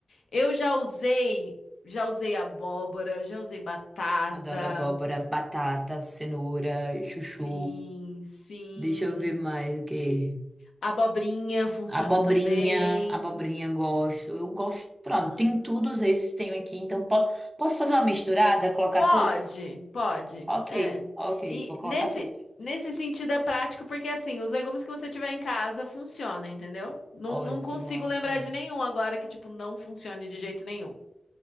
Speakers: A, on the left; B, on the right.
A: Eu já usei, já usei abóbora, já usei batata.
B: Adoro abóbora, batata, cenoura, chuchu.
A: Sim, sim.
B: Deixa eu ver mais o quê?
A: Abobrinha funciona
B: Abobrinha,
A: também.
B: abobrinha eu gosto. Eu gosto, pronto,
A: Uhum.
B: tem todos esses que tenho aqui, então po- posso fazer uma misturada, colocar
A: Pode,
B: todos?
A: pode.
B: Ok,
A: É.
B: ok,
A: E
B: vou colocar
A: nesse
B: todos.
A: nesse sentido é prático porque assim, os legumes que você tiver em casa funcionam, entendeu? Não,
B: Ótimo,
A: não consigo
B: ótimo,
A: lembrar de nenhum agora que tipo não funcione de jeito nenhum.